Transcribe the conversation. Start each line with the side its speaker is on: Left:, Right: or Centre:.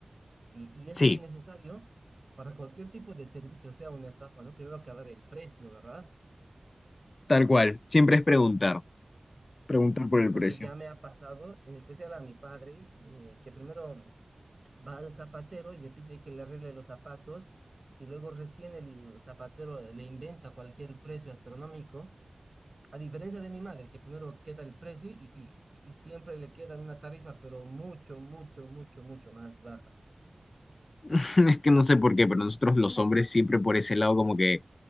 Right: Y, y es
Left: Sí,
Right: muy necesario para cualquier tipo de servicio, sea una estafa, ¿no? Primero que dar el precio, ¿verdad?
Left: tal cual. Siempre es preguntar, preguntar
Right: Sí, sí, sí,
Left: por el
Right: porque
Left: precio.
Right: ya me ha pasado, en especial a mi padre, eh, que primero va al zapatero y le pide que le arregle los zapatos y luego recién el zapatero le inventa cualquier precio astronómico, a diferencia de mi madre, que primero queda el precio y, y- y siempre le queda una tarifa, pero mucho, mucho, mucho, mucho más baja.
Left: <laughs> Es que no sé por qué, pero nosotros los hombres siempre por ese lado como que